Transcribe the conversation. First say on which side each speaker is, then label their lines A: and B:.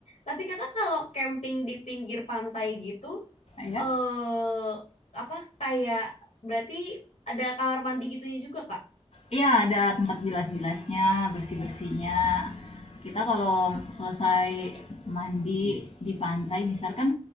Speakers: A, on the left; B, on the left.
A: tapi kakak kalau camping di pinggir pantai gitu
B: Iya?
A: eh apa kayak berarti ada kamar mandi gitunya juga kak
B: Iya, ada tempat bilas-bilasnya, bersih-bersihnya. Kita kalau selesai mandi di pantai misal kan